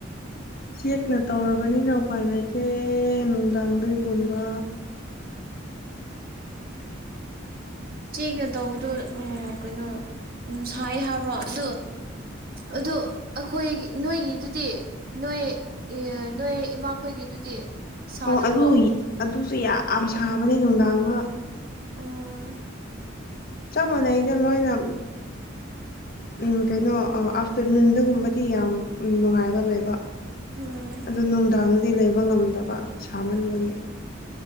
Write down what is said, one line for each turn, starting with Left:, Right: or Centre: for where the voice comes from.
Left: ꯆꯦꯛꯅ ꯇꯧꯔꯕꯅꯤꯅ ꯎꯄꯥꯏ ꯂꯩꯇꯦ ꯅꯨꯡꯗꯥꯡꯗꯒꯨꯝꯕ
Right: ꯆꯦꯒ ꯇꯧꯕꯗꯣ ꯎ ꯀꯩꯅꯣ ꯎ ꯁꯥꯏ ꯍꯥꯏꯕ꯭ꯔꯣ ꯑꯗꯨ ꯑꯣ ꯑꯩꯈꯣꯏ ꯅꯣꯏꯒꯤꯗꯨꯗꯤ ꯅꯣꯏ ꯅꯣꯏ ꯏꯃꯥꯈꯣꯏꯒꯤꯗꯨꯗꯤ ꯁꯥꯗꯕ꯭ꯔꯣ
Left: ꯑꯣ ꯑꯗꯨ ꯑꯗꯨꯁꯨ ꯌꯥꯝ ꯁꯥꯕꯅꯦ ꯅꯨꯡꯗꯥꯡꯗ
Right: ꯎꯝ
Left: ꯆꯞ ꯃꯥꯟꯅꯩꯗ ꯂꯣꯏꯅ ꯎꯝ ꯀꯩꯅꯣ ꯅꯨꯡꯗꯒꯨꯝꯕꯗꯤ ꯌꯥꯝ ꯅꯨꯡꯉꯥꯏꯕ ꯂꯩꯕ
Right: ꯎꯝ
Left: ꯑꯗꯨ ꯅꯨꯡꯗꯥꯡꯗꯗꯤ ꯂꯩꯕ ꯉꯝꯗꯕ ꯁꯥꯃꯟꯕꯒꯤ